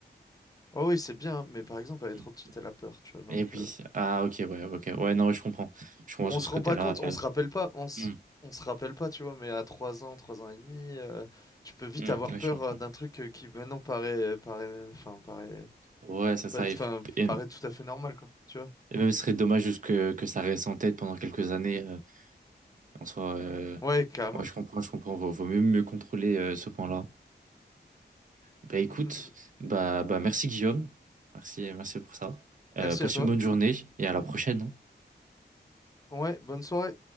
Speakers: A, on the left; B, on the right.
A: oh oui, c'est bien, mais par exemple, elle est
B: Mm.
A: trop petite, elle a peur, tu vois. Donc.
B: Et puis, ah, ok, ouais, ok. Ouais, non, ouais, je comprends. Je comprends
A: On
B: sur
A: se
B: ce côté-là.
A: rend pas compte, on
B: euh,
A: se rappelle pas, on se,
B: hum,
A: on se rappelle pas, tu vois, mais à 3 ans, 3 ans et demi, euh, tu peux vite
B: hum,
A: avoir
B: ouais,
A: peur
B: je comprends.
A: euh, d'un truc euh, qui maintenant paraît, euh, paraît, enfin, paraît,
B: Ouais, c'est ça.
A: pas, enfin,
B: Et, et-
A: paraît tout à fait normal, quoi, tu vois.
B: et même, ce serait dommage juste que, que ça reste en tête pendant quelques années. euh, en soi, euh,
A: Ouais, carrément.
B: ouais, je comprends, je comprends. Vaut, vaut mieux, mieux contrôler euh, ce point-là. Bah écoute,
A: Mm, mm, mm.
B: bah, bah merci Guillaume. Merci, merci pour ça.
A: Merci
B: Euh, passe
A: à toi.
B: une bonne journée et à la prochaine. hein.
A: Ouais, bonne soirée.